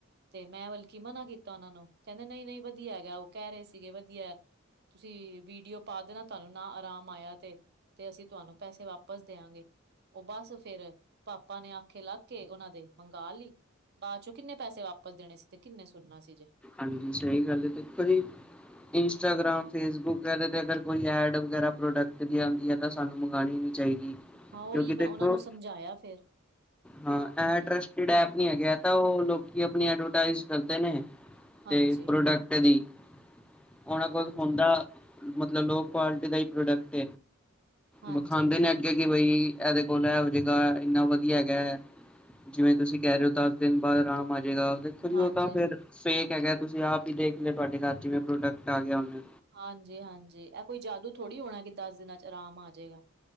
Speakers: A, on the right; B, in the centre.
A: ਤੇ ਮੈਂ ਬਲਕੀ ਮਨਾ ਕੀਤਾ ਉਹਨਾਂ ਨੂੰ, ਕਹਿੰਦੇ ਨਹੀਂ -ਨਹੀਂ ਵਧੀਆ ਹੈਗਾ, ਉਹ ਕਹਿ ਰਹੇ ਸੀਗੇ ਵਧੀਆ। ਤੁਸੀਂ ਵੀਡੀਓ, ਪਾ ਦੇਣਾ ਤੁਹਾਨੂੰ ਨਾ ਆਰਾਮ ਆਇਆ ਤੇ। ਤੇ ਅਸੀਂ ਤੁਹਾਨੂੰ ਪੈਸੇ ਵਾਪਸ ਦਿਆਂਗੇ। ਉਹ ਬਸ ਫੇਰ ਪਾਪਾ ਨੇ ਆਖੇ ਲੱਗ ਕੇ ਉਹਨਾਂ ਦੇ, ਮੰਗਾ ਲਈ। ਬਾਅਦ ਚੋਂ ਕਿੰਨੇ ਪੈਸੇ ਵਾਪਸ ਦੇਣੇ ਸੀ ਤੇ ਕਿੰਨੇ ਸੁਣਨਾ ਸੀ ਜੇ।
B: ਹਾਂਜੀ, ਸਹੀ ਗੱਲ ਦੇਖੋ ਜੀ, ਇੰਸਟਾਗਰਾਮ, ਫੇਸਬੁੱਕ ਇਹਦੇ ਤੇ ਅਗਰ ਕੋਈ ਐਡ ਵਗੈਰਾ ਪ੍ਰੋਡਕਟ ਦੀ ਆਂਦੀ ਹੈ ਤਾਂ ਸਾਨੂੰ ਮੰਗਾਣੀ ਨਹੀਂ ਚਾਹੀਦੀ।
A: ਹਾਂ ਉਹੀ
B: ਕਿਉਂਕਿ
A: ਮੈਂ
B: ਦੇਖੋ
A: ਉਹਨਾਂ ਨੂੰ ਸਮਝਾਇਆ ਫੇਰ
B: ਹਾਂ ਐ
A: ਹੂੰ
B: ਟਰਸ ਟਡ ਐਪ ਨਹੀਂ ਹੈਗਾ ਏ ਤਾਂ ਉਹ ਲੋਕੀ ਅਪਣੀ ਐਡਵਰਟਾਈਜ਼ ਕਰਦੇ ਨੇ।
A: ਹਾਂਜੀ
B: ਤੇ ਪ੍ਰੋਡਕਟ ਦੀ, ਓਹਨਾਂ ਕੋਲ
A: ਹਾਂਜੀ
B: ਹੁੰਦਾ, ਮਤਲਬ ਲੋ ਕੁਆਲਿਟੀ ਦਾ ਹੀ ਪ੍ਰੋਡਕਟ,
A: ਹਾਂਜੀ
B: ਵਖਾਂਦੇ ਨੇ। ਕਿ ਬਈ ਇਹਦੇ ਕੋਲ ਇਹੋ ਜੇਗਾ ਇੰਨਾ ਵਧੀਆ ਹੈਗਾ। ਜਿਵੇਂ ਤੁਸੀਂ ਕਹਿ ਰਹੇ ਹੋ ਦਸ ਦਿਨ ਬਾਅਦ ਆਰਾਮ ਆ ਜਾਏਗਾ। ਦੇਖੋ ਜੀ
A: ਹਾਂਜੀ
B: ਉਹ ਤਾਂ ਫੇਰ ਫੇਕ ਹੈਗਾ ਤੁਸੀਂ ਆਪ ਹੀ ਦੇਖ ਲੋ ਤੁਹਾਡੇ ਘਰ ਚਿਵੇਂ ਪ੍ਰੋਡਕਟ ਆ ਗਿਆ ਹੁਣ।
A: ਹਾਂਜੀ- ਹਾਂਜੀ ਇਹ ਕੋਈ ਜਾਦੂ ਥੋੜੀ ਹੋਣਾ ਕਿ ਦਸ ਦਿਨਾਂ ਚ ਆਰਾਮ ਆ ਜਾਏਗਾ।